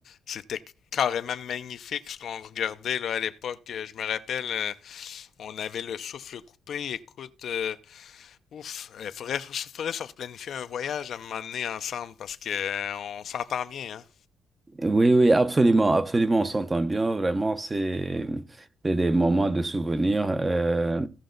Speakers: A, on the left; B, on the right.
A: c'était carrément magnifique ce qu'on regardait là à l'époque. Euh, Je me rappelle, euh, on avait le souffle coupé. Écoute, euh, ouf, il faudrait, faudrait se replanifier un voyage à un moment donné ensemble parce que euh, on s'entend bien, hein.
B: Oui, oui, absolument, absolument, on s'entend bien, vraiment, c'est c'est des moments de souvenirs euh,